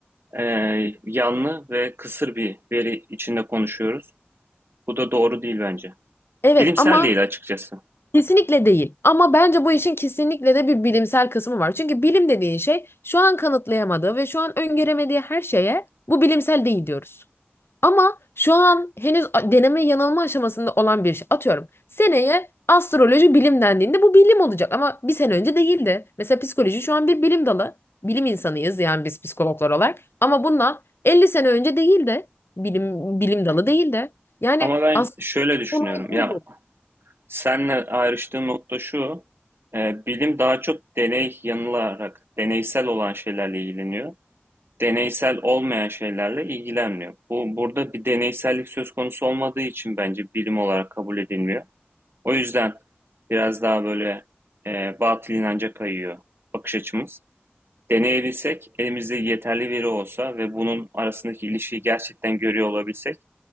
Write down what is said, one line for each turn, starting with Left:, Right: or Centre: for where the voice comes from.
Right: e, yanlı ve kısır bir veri içinde konuşuyoruz. Bu da doğru değil bence.
Left: Evet
Right: Bilimsel
Left: ama
Right: değil açıkçası.
Left: kesinlikle değil. Ama bence bu işin kesinlikle de bir bilimsel kısmı var. Çünkü bilim dediğin şey şu an kanıtlayamadığı ve şu an öngöremediği her şeye bu bilimsel değil diyoruz. Ama şu an henüz a- deneme yanılma aşamasında olan bir şey. Atıyorum seneye astroloji bilim dendiğinde bu bilim olacak ama bir sene önce değildi. Mesela psikoloji şu an bir bilim dalı. Bilim insanıyız yani biz psikologlar olarak. Ama bundan 50 sene önce değildi. Bilim, bilim dalı değildi. Yani
Right: Ama ben
Left: aslında
Right: şöyle düşünüyorum.
Left: bunu
Right: Ya Senle ayrıştığım nokta şu, e, bilim daha çok deney yanılarak, deneysel olan şeylerle ilgileniyor. Deneysel olmayan şeylerle ilgilenmiyor. Bu burada bir deneysellik söz konusu olmadığı için bence bilim olarak kabul edilmiyor. O yüzden biraz daha böyle e, batıl inanca kayıyor bakış açımız. Deneyebilsek, elimizde yeterli veri olsa ve bunun arasındaki ilişkiyi gerçekten görüyor olabilsek,